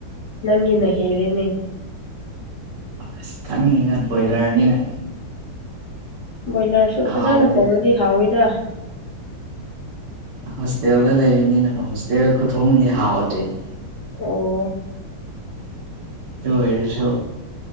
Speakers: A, on the left; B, on the right.
A: ꯅꯪꯒꯤꯅ ꯍꯦꯜꯂꯦꯅꯦ
B: ꯑꯁ ꯈꯪꯉꯤꯅ ꯕꯣꯏꯂꯔꯅꯤꯅ
A: ꯕꯣꯏꯂꯔꯁꯨ ꯐꯖꯅ
B: ꯍꯥꯎꯇꯦ
A: ꯊꯣꯡꯔꯗꯤ ꯍꯥꯎꯋꯤꯗ
B: ꯍꯣꯁꯇꯦꯜꯗ ꯂꯩꯕꯅꯤꯅ ꯍꯣꯁꯇꯦꯜ ꯈꯨꯊꯣꯡꯗꯤ ꯍꯥꯥꯎꯇꯦꯅꯦ
A: ꯑꯣ
B: ꯑꯗꯨ ꯑꯣꯏꯔꯁꯨ